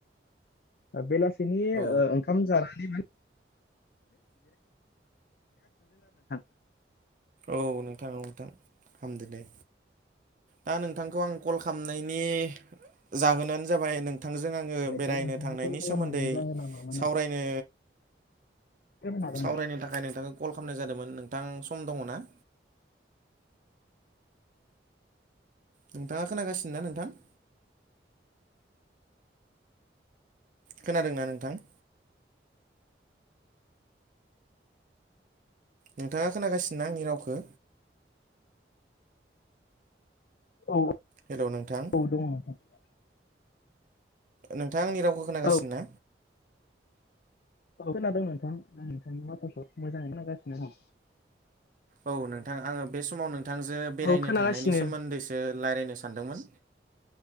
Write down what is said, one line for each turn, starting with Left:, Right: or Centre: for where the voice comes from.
Left: बेलासिनि
Right: औ
Left: ओ‌ ओंखाम जानानै मा <unintelligible> <unintelligible>
Right: औ नोंथां औ नोंथां हामदो दे। दा नोंथांखौ आं कल खालामनायनि जाहोनानो जाबाय नों नोंथांजों आङो बेरायनो
Left: दा नोंथांनो
Right: थांनायनि
Left: कल खालामनायनि
Right: सोमोन्दै
Left: जाहोना मामोन
Right: सावरायनो
Left: नोंथाङा फोरमायनो हागोन
Right: सावरायनो
Left: नामा
Right: थाखाय नोंथांखौ कल खालामनाय जादोंमोन नोंथां सम दङना? नोंथाङा खोनागासिनो ना नोंथां? खोनादोंना नोंथां? नोंथाङा खोनागासिनोना आंनि रावखौ?
Left: औ
Right: हेलौ नोंथां
Left: <unintelligible>
Right: नोंथांङा आंनि रावखौ खोनागासिनो
Left: औ
Right: ना?
Left: औ खोनादोंं नोंथां आं नोंथांनि माथोखौ मोजाङैनो खोनागासिनो दं।
Right: औ नोंथां आङो बे समाव नोंथांजो बेरायनो
Left: औ खोनागासिनो
Right: थांनायनि सोमोन्दै सो रायलायनो सानदोंमोन